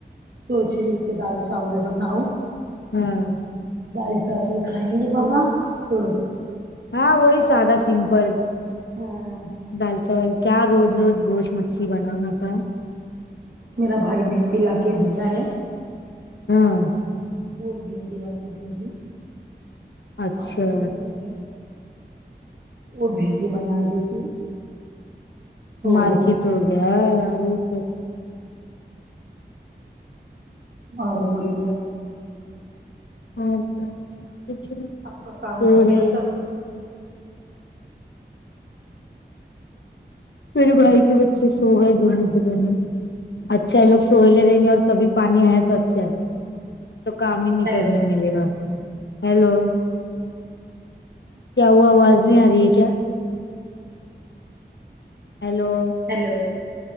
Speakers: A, on the right; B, on the left.
A: سوچ رہی یوں کے دال چاول بناؤں
B: ہاں
A: دال چاول کھائیں گے بابا چھوڑو
B: ہاں وہی سادہ
A: اچھا
B: سمپل
A: ہاں
B: دال چاول کیا روز روز گوشت مچھی بنانا کا
A: میرا بھائی بھنڈی لا کے دیا ہے
B: ہاں
A: وہ بھنڈی بنا دوں گی
B: اچھا
A: آدھا کلو ہے وہ بھنڈی بنا دیتی ہوں ہو
B: مارکیٹ
A: گئے
B: ہوگیا اوچ ہے
A: ہو بولیا
B: <unintelligible> کچھ
A: آپ کا کام
B: نہی
A: ہو گیا سب
B: میرے بھائی کے بچے سو گئے دونوں کے دونوں اچھا ہے لو سوہئے لے رہیں گے اور تبھی پانی آیا ہے تو اچھا ہے تو کام ہی نہیں
A: ہیلو
B: کرنے ملے گا ہیلو کیا ہوا آواز نہیں آ رہی ہے کیا ہیلو
A: ہیلو